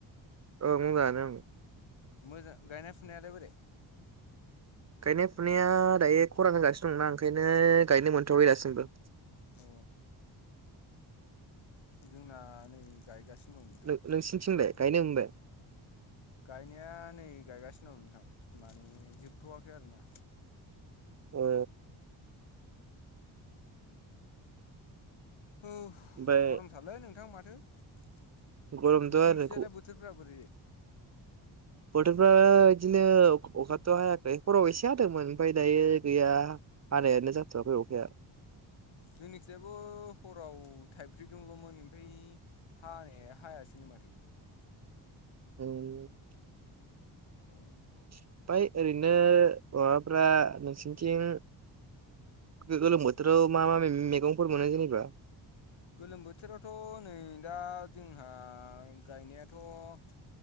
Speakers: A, on the right; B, on the left.
A: औ मोजाङानो उम।
B: मोजा गायनाय फुनायालाय बोरै?
A: गायनाय फुनाया दायो खरान होगासिनो दंना ओंखायनो गायनो मोनथावबाय दासिमबो।
B: अ। जोंना नै गायगासिनो दं नोंथां।
A: नोंसिनिथिंलाय गायनो मोनबाय?
B: गायनाया नै गायगासिनो दं नोंथां। माने जोबथ'वाखै आरोना
A: ओ
B: अफ
A: ओमफ्राय
B: गरमथालै नोंथां माथो। नोंसोरनिथिजालाय
A: गरमथ' आरो
B: बोथोरफ्रा बोरै?
A: <inaudible> बोथोरफा बिदिनो अखाथ' हायाखै खराव एसे हादोंमोन ओमफ्राय दायो गैया। हानायानो जाथआखै अखाया।
B: जोंनिखियायाबो हराव थाइफ्रि दंल'मोन ओमफफ्राय हानाय हायासैनो माथो।
A: उम
B: उम
A: ओफाय ओरैनो माबाफ्रा नोंसनिथिं गो-गोलोम
B: औ
A: बोथोराव मा मा मे-मैगंफोर मोनो जेनेबा
B: गोलोम बोथोरावथ' नै दा जोंहा गायनायाथ'